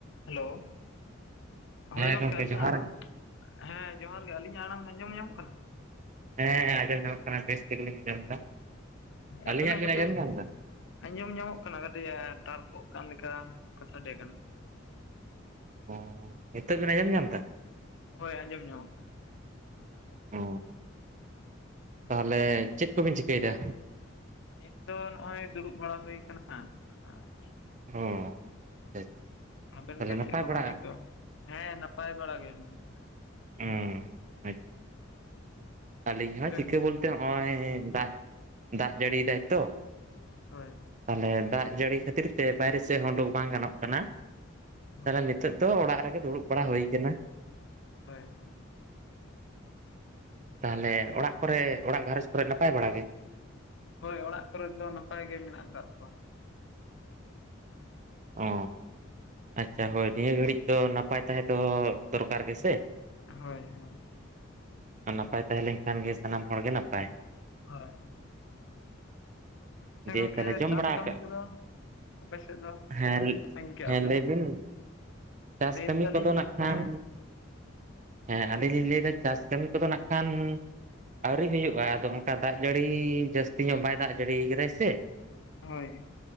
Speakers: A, on the left; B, on the right.
A: ᱦᱮᱞᱳ ᱦᱳᱭ
B: ᱦᱮᱸ
A: ᱜᱚᱝᱠᱮ ᱟᱹᱞᱤᱧ
B: ᱡᱚᱦᱟᱨ
A: ᱟᱜ ᱟᱲᱟᱝ
B: ᱜᱮ
A: ᱦᱮᱸ ᱡᱚᱦᱟᱨ ᱜᱮ ᱟᱹᱞᱤᱧ ᱟᱜ ᱟᱲᱟᱝ ᱟᱸᱡᱚᱢ ᱧᱟ ᱢᱚᱜ ᱠᱟᱱᱟ
B: ᱦᱮᱸ ᱦᱮᱸ ᱟᱡᱚᱢ ᱧᱟᱢ ᱠᱟᱱᱟ ᱵᱮᱥ ᱛᱮ ᱜᱮ ᱞᱤᱧ ᱟᱸᱡᱚᱢ ᱮᱫᱟ ᱟᱹᱞᱤᱧᱟᱜ
A: ᱟᱵᱤᱱ ᱱᱟᱜ
B: ᱵᱤᱱ
A: ᱠᱟᱹᱴᱤᱡ
B: ᱟᱸᱡᱚᱢ ᱧᱟᱢ ᱮᱫᱟ
A: ᱟᱸᱡᱚᱢ ᱧᱟ ᱢᱚᱜ ᱠᱟᱱᱟ ᱠᱟᱹᱴᱤᱡ ᱛᱟᱨ ᱠᱚᱜ ᱠᱟᱱ ᱞᱮᱠᱟ ᱥᱟᱰᱮ ᱠᱟᱱᱟ
B: ᱚ ᱱᱤᱛᱚᱜ ᱵᱤᱱ ᱟᱸᱡᱚᱢ ᱧᱟᱢ ᱫᱟ
A: ᱦᱳᱭ ᱟᱸᱡᱚᱢ ᱧᱟ ᱢᱚᱜᱼᱟ ᱠᱟᱱᱟ
B: ᱚ ᱛᱟᱦᱞᱮ ᱪᱮᱫ ᱠᱚᱵᱤᱱ ᱪᱤᱠᱟᱹᱭ ᱫᱟ
A: ᱱᱤᱛ ᱫᱚ ᱱᱚᱜ ᱚᱭ ᱫᱩᱲᱩᱵ ᱵᱟᱲᱟ ᱦᱩᱭ ᱟᱠᱟᱱᱟ ᱟᱪᱪᱷᱟ
B: ᱚ ᱟᱪᱪᱷᱟ ᱟᱪᱪᱷᱟ
A: ᱟᱵᱮᱱ
B: ᱛᱟᱦᱚᱞᱮ
A: ᱜᱮ
B: ᱱᱟᱯᱟᱭ
A: ᱪᱮᱫ ᱠᱚ
B: ᱵᱟᱲᱟᱜᱼᱟ
A: ᱵᱮᱱ ᱪᱤᱠᱟᱹᱭ ᱮᱫᱟ ᱦᱮᱸ ᱱᱟᱯᱟᱭ ᱵᱟᱲᱟ ᱜᱮ ᱱᱤᱛ ᱫᱚ
B: ᱩᱸ ᱟᱪ ᱟᱹᱞᱤᱧ
A: ᱟᱵᱮᱱ
B: ᱦᱚᱸ ᱪᱤᱠᱟᱹ ᱵᱚᱞᱛᱮ ᱦᱚᱜᱼᱚᱭ ᱫᱟᱜ ᱫᱟᱜ ᱡᱟᱹᱲᱤᱭ ᱫᱟᱭ ᱛᱚ
A: ᱦᱳᱭ
B: ᱛᱟᱦᱞᱮ ᱫᱟᱜ ᱡᱟᱹᱲᱤ ᱠᱷᱟᱹᱛᱤᱨ ᱛᱮ ᱵᱟᱭᱨᱮ ᱥᱮᱫ ᱩᱸᱰᱳᱠ ᱵᱟᱝ ᱜᱟᱱᱚᱜ ᱠᱟᱱᱟ
A: ᱦᱳᱭ
B: ᱛᱟᱦᱞᱮ ᱱᱤᱛᱚᱜ ᱛᱚ ᱚᱲᱟᱜ ᱨᱮᱜᱮ ᱫᱩᱲᱩᱵ ᱵᱟᱲᱟ ᱦᱩᱭᱠᱟᱱᱟ
A: ᱦᱳᱭ ᱦᱳᱭ
B: ᱛᱟᱦᱚᱞᱮ ᱚᱲᱟᱜ ᱠᱚᱨᱮ ᱚᱲᱟᱜ ᱜᱷᱟᱨᱚᱸᱡᱽ ᱠᱚᱨᱮ ᱱᱟᱯᱟᱭ ᱵᱟᱲᱟ ᱜᱮ?
A: ᱦᱳᱭ ᱚᱲᱟᱜ ᱠᱚᱨᱮ ᱫᱚ ᱱᱟᱯᱟᱭ ᱜᱮ ᱢᱮᱱᱟᱜ ᱟᱠᱟᱫ ᱠᱚᱣᱟ
B: ᱚ ᱟᱪᱪᱷᱟ ᱦᱳᱭ ᱱᱤᱭᱟᱹ ᱜᱷᱟᱹᱲᱤᱡ ᱫᱚ ᱱᱟᱯᱟᱭ ᱛᱟᱦᱮᱸ ᱫᱚ ᱫᱚᱨᱠᱟᱨ ᱜᱮᱥᱮ
A: ᱦᱳᱭ ᱦᱳᱭ
B: ᱟᱨ ᱱᱟᱯᱟᱭ ᱛᱟᱦᱮᱸ ᱞᱮᱱ ᱠᱷᱟᱱ ᱜᱮ ᱥᱟᱱᱟᱢ ᱦᱚᱲᱜᱮ ᱱᱟᱯᱟᱭ
A: ᱦᱳᱭ ᱟᱪᱪᱷᱟ
B: ᱫᱤᱭᱮ
A: ᱜᱚᱢᱠᱮ
B: ᱛᱟᱦᱚᱞᱮ ᱡᱚᱢ
A: ᱪᱟᱥ
B: ᱵᱟᱲᱟ
A: ᱠᱟᱹᱢᱤ
B: ᱟᱠᱟᱜ
A: ᱠᱚᱫᱚ ᱟᱯᱮ ᱥᱮᱫ ᱫᱚ
B: ᱦᱮᱸ
A: ᱛᱤᱱᱟᱹᱜ ᱥᱟᱺᱜᱤᱧ ᱠᱮᱜᱼᱟ
B: ᱦᱮᱸ
A: ᱯᱮ?
B: ᱞᱟᱹᱭ ᱵᱤᱱ ᱪᱟᱥ
A: ᱞᱟᱹᱭ
B: ᱠᱟᱹᱢᱤ
A: ᱫᱟᱞᱤᱧ
B: ᱠᱚᱫᱚ ᱱᱟᱜ ᱠᱷᱟᱱ
A: ᱦᱮᱸ
B: ᱦᱮᱸ ᱟᱹᱞᱤᱧ ᱞᱤᱧ ᱞᱟᱹᱭᱫᱟ ᱪᱟᱥ ᱠᱟᱹᱢᱤ ᱠᱚᱫᱚ ᱱᱟᱜ ᱠᱷᱟᱱ ᱟᱣᱨᱤ ᱦᱳᱭᱳᱜᱼᱟ ᱟᱫᱚ ᱚᱱᱠᱟ ᱫᱟᱜ ᱡᱟᱹᱲᱤ, ᱡᱟᱹᱥᱛᱤ ᱧᱚᱜ ᱵᱟᱭ ᱫᱟᱜ ᱡᱟᱹᱲᱤ ᱠᱟᱫᱟᱭ ᱥᱮ
A: ᱦᱳᱭ᱾